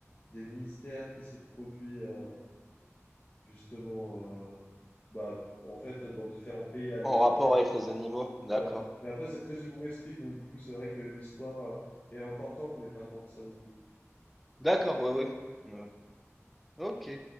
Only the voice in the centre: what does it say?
En rapport avec les animaux, d'accord.
D'accord, ouais, ouais. Ouais. Ok.